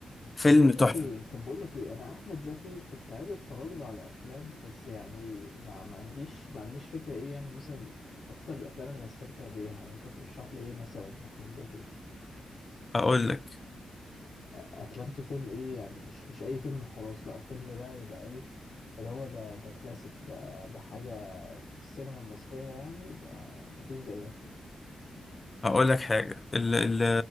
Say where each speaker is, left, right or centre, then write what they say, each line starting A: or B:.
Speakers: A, on the left (about 30°); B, on the left (about 65°).
A: فيلم
B: طب بقول
A: تحفة
B: لك ايه طب بقول لك ايه انا احمد زكي كنت عايز اتفرج له على افلام بس يعني ما, ما عنديش ما عنديش فكره ايه يعني مثلا اكتر الافلام اللي هستمتع بايه يعني انت ترشح لي ايه مثلا احمد زكي
A: اقول لك
B: افلام تكون ايه يعني مش مش اي فيلم خلاص لا فيلم بقى يبقى ايه اللي هو ده ده كلاسيك ده ده حاجه في السينما المصريه يعني يبقى ما فيش زيها
A: اقول لك حاجة ال... ال...